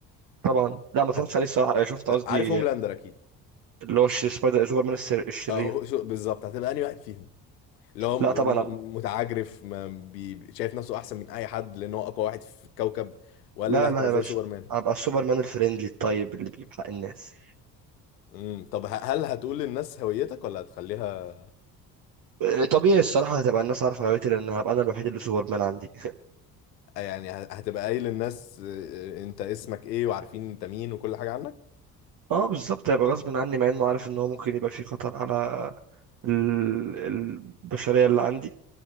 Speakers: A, on the right; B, on the left.
A: طبعا لا ما اتفرجتش
B: هت...
A: عليه الصراحه شفت قصدي
B: عارف هوملاندر اكيد
A: اللي هو الش- سبايدر سوبرمان السر... الشرير
B: اهو شو بالظبط هتبقى انهي واحد فيهم اللي هو م-
A: لا طبعا
B: م- متعجرف ما بي... شايف نفسه احسن من اي حد لان هو اقوى واحد في الكوكب ولا
A: لا لا
B: هتبقى
A: يا باشا
B: زي سوبرمان
A: هبقى السوبرمان الفريندلي الطيب اللي بيجيب حق الناس
B: امم طب ه- هل هتقول للناس هويتك ولا هتخليها
A: آه، طبيعي الصراحة هتبقى الناس عارفة هويتي لأن هبقى أنا الوحيد اللي سوبرمان عندي
B: يعني ه- هتبقى قايل للناس آه، انت اسمك ايه وعارفين انت مين وكل حاجه عنك
A: اه بالظبط هيبقى غصب عني مع إنه عارف إن هو ممكن يبقى في خطر على ال- البشرية اللي عندي